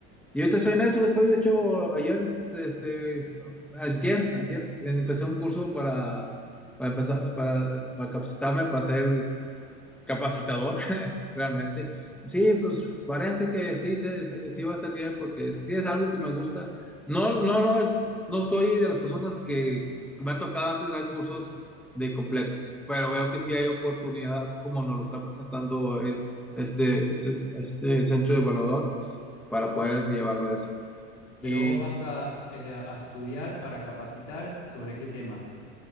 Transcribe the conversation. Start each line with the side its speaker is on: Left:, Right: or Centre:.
Centre: Yo ahorita estoy en eso, estoy de hecho ayer, este, antier, antier, empecé un curso para, para empezar, para, para capacitarme, para ser capacitador, <laughs> realmente. Sí, pues parece que sí, se- se- sí va a estar bien, porque sí sí es algo que me gusta. No, no, no es, no soy de las personas que me ha tocado antes dar cursos de completo, pero veo que sí hay oportunidad, así como nos lo están presentando eh, este, este, este centro de evaluador, para poder llevarlo a eso.
Left: Pero
Centre: Y
Left: vos vas a, eh, a estudiar para capacitar sobre qué temas.